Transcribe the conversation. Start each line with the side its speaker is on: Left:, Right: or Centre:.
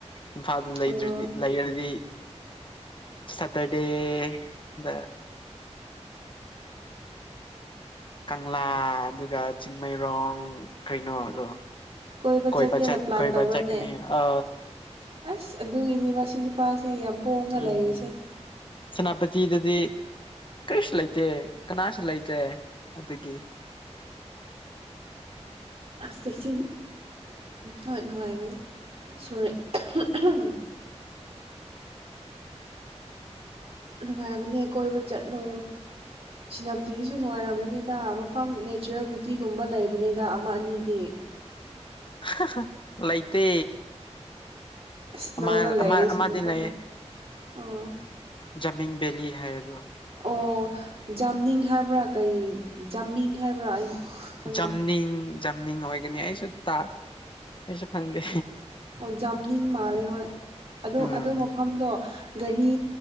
Left: ꯏꯝꯐꯥꯗꯨ ꯂꯩꯗ꯭ꯔꯗꯤ
Right: ꯑꯣ
Left: ꯂꯩꯔꯗꯤ ꯁꯇꯔꯗꯦ ꯗ ꯀꯪꯂꯥ ꯑꯗꯨꯒ ꯆꯤꯡꯃꯩꯔꯣꯡ ꯀꯩꯅꯣꯗꯣ
Right: ꯀꯣꯏꯕ
Left: ꯀꯣꯏꯕꯆꯠ
Right: ꯆꯠꯀꯦꯅ ꯄ꯭ꯂꯥꯟ
Left: ꯀꯣꯏ
Right: ꯇꯧꯕ꯭ꯔꯅꯦ
Left: ꯆꯠꯅꯤ ꯑ
Right: ꯑꯁ ꯑꯗꯨꯒꯤꯅꯤ ꯃꯁꯤ ꯅꯨꯄꯥꯁꯦ ꯌꯥꯝ ꯄꯣꯡꯉ
Left: ꯎꯝ
Right: ꯂꯩꯔꯤꯁꯦ
Left: ꯁꯦꯅꯥꯄꯇꯤꯗꯗꯤ ꯀ꯭ꯔꯤꯁ ꯂꯩꯇꯦ ꯀꯅꯥ ꯂꯩꯇꯦ ꯑꯗꯨꯗꯒꯤ
Right: ꯑꯁ ꯆꯦꯛꯁꯤꯟ ꯍꯣꯏ ꯅꯨꯡꯉꯥꯏꯕꯅꯤ ꯁꯣꯔꯦ ꯎꯝ ꯅꯨꯡꯉꯥꯏꯕꯅꯦ ꯀꯣꯏꯕ ꯆꯠꯂꯣ ꯁꯤꯅꯞꯇꯤꯁꯤꯁꯨ ꯅꯨꯡꯉꯥꯏꯔꯝꯒꯅꯤꯗ ꯃꯐꯝ ꯅꯦꯆꯔꯦꯜ ꯕ꯭ꯌꯨꯇꯤꯒꯨꯝꯕ ꯂꯩꯕꯅꯤꯗ ꯑꯃ ꯑꯅꯤꯗꯤ
Left: ꯍꯥ ꯍꯥ ꯂꯩꯇꯦ
Right: ꯏꯁꯅꯣꯒ
Left: ꯑꯃ
Right: ꯂꯩꯔꯦ
Left: ꯑꯃ
Right: ꯁꯤ
Left: ꯑꯃꯗꯤ
Right: ꯅꯨꯄꯥꯁꯦ
Left: ꯂꯩꯌꯦ
Right: ꯑꯣ
Left: ꯖꯃꯤꯡ ꯕꯦꯂꯤ ꯍꯥꯏ ꯑꯗꯣ
Right: ꯑꯣ ꯖꯝꯅꯤꯡ ꯍꯥꯏꯕ꯭ꯔꯥ ꯀꯩ ꯖꯝꯃꯤꯡ ꯍꯥꯏꯕ꯭ꯔꯥ ꯑꯩ ꯈꯪꯗꯦ
Left: ꯖꯝꯅꯤꯡ ꯖꯝꯅꯤꯡ ꯑꯣꯏꯒꯅꯤ ꯑꯩꯁꯨ ꯇꯥ ꯑꯩꯁꯨ ꯈꯪꯗꯦ
Right: ꯑꯣ ꯖꯥꯝꯅꯤꯡ ꯃꯥꯜꯂꯦ ꯍꯣꯏ ꯑꯗꯨ
Left: ꯎꯝ
Right: ꯑꯗꯨ ꯃꯐꯝꯗꯣ ꯒꯔꯤ